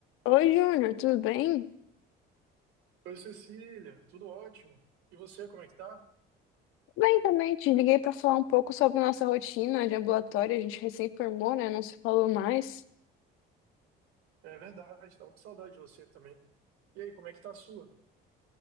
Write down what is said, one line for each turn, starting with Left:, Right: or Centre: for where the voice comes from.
Left: Oi, Júnior, tudo bem?
Right: Oi, Cecília, tudo ótimo. E você, como é que tá?
Left: Bem também, te liguei para falar um pouco sobre nossa rotina de ambulatório. A gente recém formou, né? Não se falou mais.
Right: É verdade, tava com saudade de você também. E aí, como é que tá a sua?